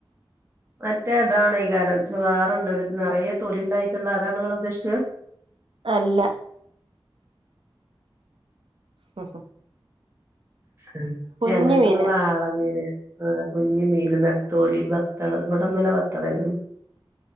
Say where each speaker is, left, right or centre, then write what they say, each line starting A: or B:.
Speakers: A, on the right; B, on the right.
A: മറ്റേ താണെയ്കാരം ച് വേറെണ്ടൊര് നെറയെ തൊലിണ്ടായ്ട്ട്ള്ള അതാണ് ങ്ങളുദ്ദേശിചെ?
B: അല്ല. മ് ഹ് ഹ്.
A: ഉം
B: കുഞ്ഞു
A: ഞങ്ങക്ക്ന്ന്
B: മീന
A: വാള മീനാ. ആഹ് കുഞ്ഞ് മീന് നത്തോലി വത്തള് ഇവടെന്നലെ വത്തളേര്ന്ന്.